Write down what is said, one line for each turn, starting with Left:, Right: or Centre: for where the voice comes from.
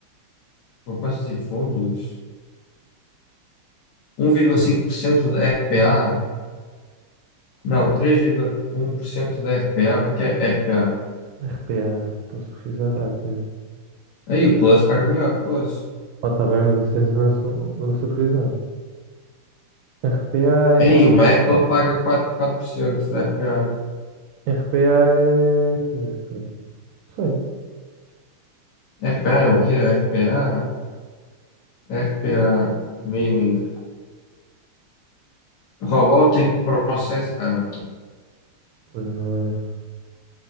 Left: Poupanças e fundos. 1,5% da RPA. Não, 3,1% da RPA. O que é que é RPA?
Right: RPA, posso pesquisar rápido.
Left: Aí o Plus paga melhor, o Plus.
Right: Oh, tá bem, mas isso tens uma, su- uma subscrição. RPA em.
Left: Ei, Como o Metal
Right: eh,
Left: paga 4%, 4% da RPA.
Right: RPA é. o que é RPA? Não sei.
Left: RPA é o quê? RPA? RPA meaning Robotic Process. Ah, não.
Right: Pois não é.